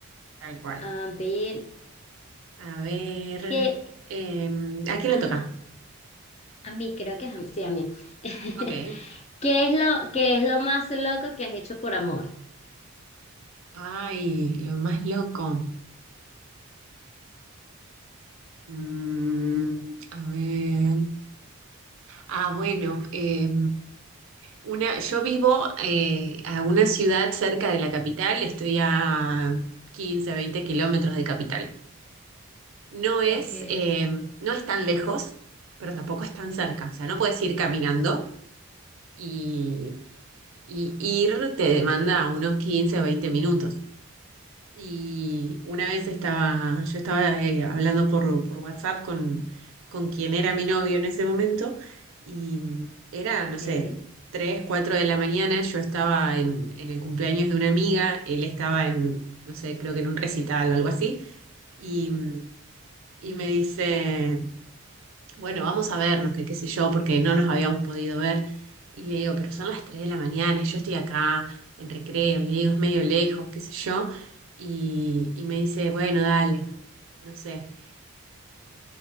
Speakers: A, on the right; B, on the left.
A: Tal cual.
B: A ver,
A: A ver,
B: ¿qué?
A: eh, ¿a quién
B: ah,
A: le toca?
B: a mí, creo que es a mí. Sí, a mí. <laughs>
A: Ok.
B: ¿Qué es lo, qué es lo más loco que has hecho por amor?
A: Ay, lo más loco. Mm, a ver. Ah, bueno, eh, una, yo vivo eh, a una ciudad cerca de la capital, estoy a 15 20 kilómetros de capital. No es,
B: Ok,
A: eh, no es tan lejos, pero tampoco es tan cerca. O sea, no puedes ir caminando y, y ir te demanda unos 15 o 20 minutos. Y una vez estaba, yo estaba eh, hablando por, por WhatsApp con, con quien era mi novio en ese momento y mm, era,
B: ok.
A: no sé, 3 4 de la mañana, yo estaba en, en el cumpleaños de una amiga, él estaba en, no sé, creo que en un recital o algo así y, y me dice, bueno, vamos a vernos, que qué sé yo, porque no nos habíamos podido ver. Y le digo, pero son las 3 de la mañana, y yo estoy acá en recreo, y le digo, es medio lejos, qué sé yo. Y, y me dice, bueno, dale, no sé.